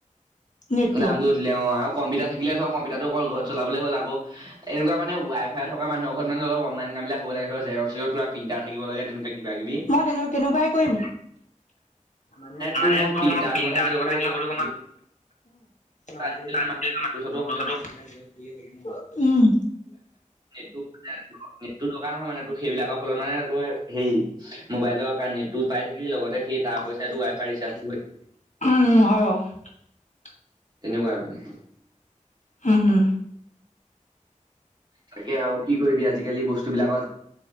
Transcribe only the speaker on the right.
দামটো উঠিলে অ আৰু কম্পিটাৰ থাকিলে ধৰক কম্পিউটাৰটো অকল ঘৰত চলাবলে হ'ল আও এনেকুৱা মানে ৱাই ফাই থকা মানুহৰ ঘৰত মানে অলপ অনলাইন কামবিলাক হ'ব লাগে ধৰক জেৰক্স চেৰক্স কিবা প্ৰিন্টাৰ থাকিব লাগে তেনেকুৱা কিবা কিবি
তোৰ মই প্ৰিন্টাৰটোৰ
কথা কিয় ক'লো গম পাৱ?
আজিকালি
ধৰ মানুহে ফটো চটো
নেটটো নেটটো দকা নহয় মানে টো সেইবিলাকক ফলত মানে ত হেৰি মোবাইলৰ কাৰ নেটটো পাই থাকিলে লগতে সেই
তাৰ পইচাটো ৱাই ফাই ৰিচাৰ্জটো
হৈ থাকে
তেনেকুৱাই মানে
তাকে আৰু কি কৰিবি আজিকালি বস্তুবিলাকত